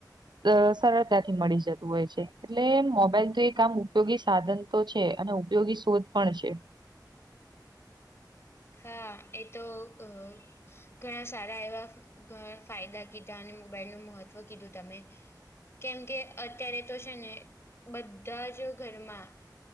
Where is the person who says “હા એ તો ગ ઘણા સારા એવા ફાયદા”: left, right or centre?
Left